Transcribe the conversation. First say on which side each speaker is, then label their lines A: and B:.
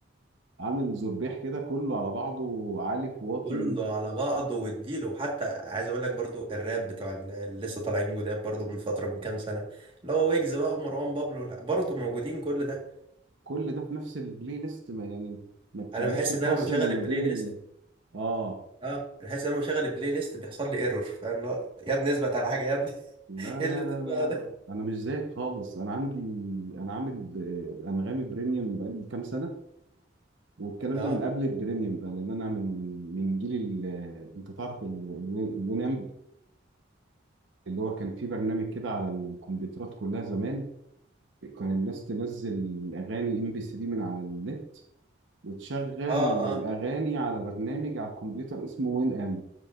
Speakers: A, on the right (about 70°); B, on the right (about 25°).
A: عامل زربيح كده كله على بعضه عالي في واطي
B: كله على بعضه واديله وحتى عايز اقول لك برضو الراب بتوع ال- اللي لسه طالعين جداد برضو من فتره من كام سنه اللي هو ويجز بقى ومروان بابلو والح- برضو موجودين كل ده
A: كل ده في نفس البلاي ليست ما يعني ما بتعملش
B: انا بحس
A: فاصل
B: ان انا لما بشغل
A: ما
B: البلاي
A: بين
B: ليست
A: ال آه
B: اه بحس ان انا لما بشغل البلاي ليست بيحصل لي ايرور فاهم اللي هو يا ابني اثبت على حاجه يا ابني
A: لا
B: ايه
A: لا
B: اللي بتسمعه
A: لا لا لا
B: ده
A: أنا مش زيك خالص أنا عندي أنا عامل ب... أنغامي بريميوم بقالي كام سنة والكلام
B: اه
A: ده من قبل البريميوم بقى لأن أنا من من جيل ال... أنت تعرف ال... الوينامب اللي هو كان في برنامج كده على الكمبيوترات كلها زمان كان الناس تنزل اغاني ام بي 3 من على النت وتشغل
B: اه
A: الاغاني
B: اه
A: على برنامج على الكمبيوتر اسمه وين ام